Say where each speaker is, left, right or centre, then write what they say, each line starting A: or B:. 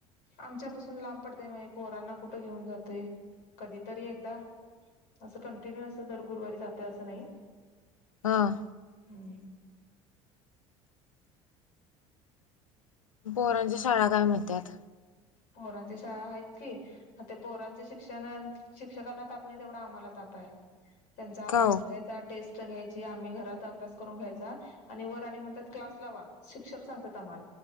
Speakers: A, on the left; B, on the left.
A: आमच्यापासून लांब पडतय म्हणे पोहरांना कुठं घेऊन जातोय. कधीतरी एकदा असं कंटिन्यू अस दर गुरुवारी जातोय असं नाही.
B: हं.
A: हम्म.
B: पोरांच्या शाळा काय म्हणत्यात.
A: पोरांच्या शाळा आहेत की, आता पोरांच्या शिक्षण शिक्षकांना ताप नाही तेवढा आम्हाला ताप हाय. त्यांचा अभ्यास
B: का हो
A: घ्यायचा टेस्ट, घ्यायची आम्ही घरात अभ्यास करून घ्यायचा आणि वर आणि म्हणतात क्लास लावा शिक्षक सांगतात आम्हा.